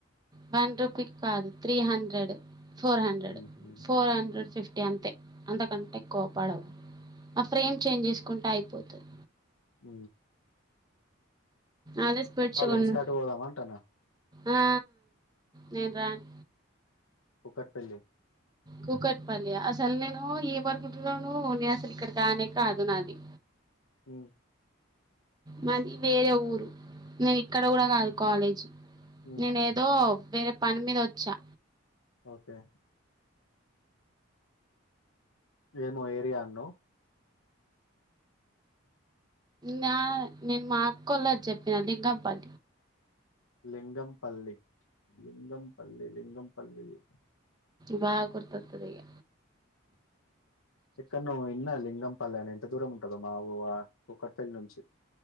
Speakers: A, on the right; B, on the left.
A: వన్ రూపీ కాదు త్రీ హండ్రెడ్ ఫోర్ హండ్రెడ్
B: ఉమ్, ఉమ్.
A: ఫోర్ హండ్రెడ్ ఫిఫ్ ఇయంతే అంతకంటే కోప్పడవు ఆ ఫ్రేమ్ చేంజ్ చేసుకుంటే అయిపోతది
B: ఊ
A: అదే స్పెట్స్ గొను
B: ఎంస్కాట్ పోదాం అంటానా
A: ఆ నేన్ రాన్
B: కుక్కట్పల్లి
A: కూకట్పల్లి ఆ అసల్ నేను ఏమనుకుటున్నానూ నే అసలు ఇక్కడి దాన్నే కాదు నాది
B: ఊ
A: మాది వేరే ఊరు నే ఇక్కడ గూడా కాదు కాలేజ్
B: ఉమ్
A: నేనేదో వేరే పని మీద ఒచ్చా
B: ఓకే ఏమో ఏరియా అన్నవ్
A: నా నేను మా అక్కోలద్ చెప్పిన <unintelligible>
B: లింగం పల్లి లింగంపల్లి లింగంపల్లిది
A: బా గుర్తొత్తది ఇగ
B: ఎక్కడ్నో ఇన్న లింగంపల్లి అని ఎంత దూరం ఉంటదో మా ఊ ఆ కుకట్పల్లి నుంచి